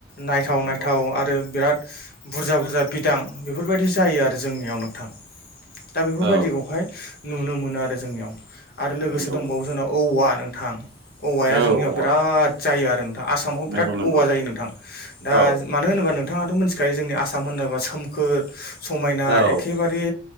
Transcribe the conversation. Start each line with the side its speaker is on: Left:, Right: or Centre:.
Left: नायथाव
Right: नंगौ
Left: नायथाव आरो बिराद बुरजा बुरजा बिदां बेफोरबायदि जायो आरो जोंनियाव नोंथां। दा बेफोरबायदिखौहाय
Right: औ
Left: नुनो मोनो आरो जोंनियाव आरो लोगोसे
Right: नंगौ
Left: दंबावो
Right: नोंथां
Left: जोंनाव औवा नों थां औवाया
Right: औ
Left: जोंनियाव
Right: औवा
Left: बिराद जायो आरो आसामाव बिराद
Right: नंगौ नंगौ
Left: औवा जायो नोंथां दा
Right: औ
Left: मानो होनोबा नोंथाङाथ' मिथिखायो जोंनि आसाम होनोबा सो खोमखोर समायना
Right: औ
Left: एखेबारे